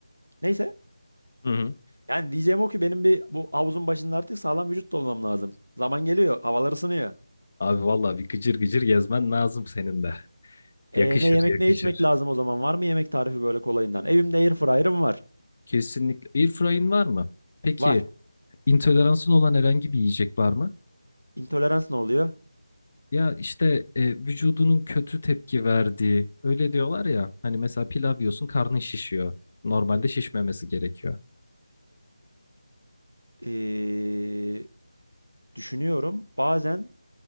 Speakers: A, on the right; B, on the left.
A: Neyse.
B: Hı hı.
A: Yani diyeceğim o ki benim bir bu havuzun başında artık sağlam vücut dolamam lazım. Zaman geliyor. Havalar ısınıyor.
B: Abi vallahi bir gıcır gıcır gezmen lazım senin de.
A: E,
B: Yakışır
A: ne yemek
B: yakışır.
A: ne içmek lazım o zaman? Var mı yemek tarifi böyle kolayından? Evimde air fryer'ım var.
B: Kesinlikle. Airfryer'in var mı? Peki
A: Var.
B: intoleransın olan herhangi bir yiyecek var mı?
A: İntolerans ne oluyor?
B: Ya işte e, vücudunun kötü tepki verdiği öyle diyorlar ya hani mesela pilav yiyorsun karnın şişiyor. Normalde şişmemesi gerekiyor.
A: Ee, düşünüyorum. Bazen